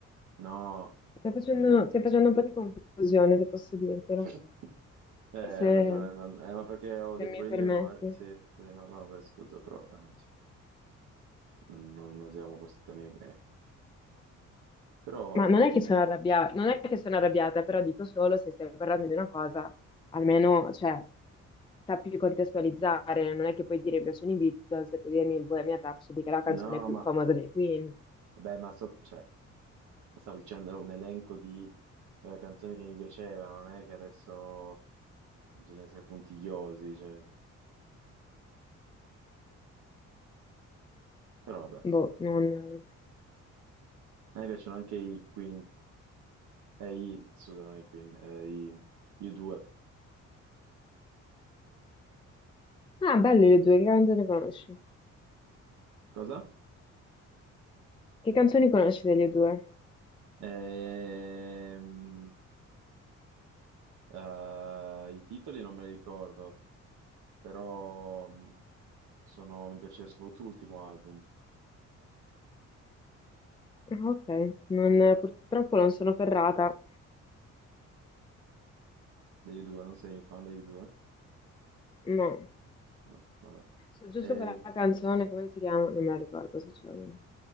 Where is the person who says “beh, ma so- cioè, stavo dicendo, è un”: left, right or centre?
Right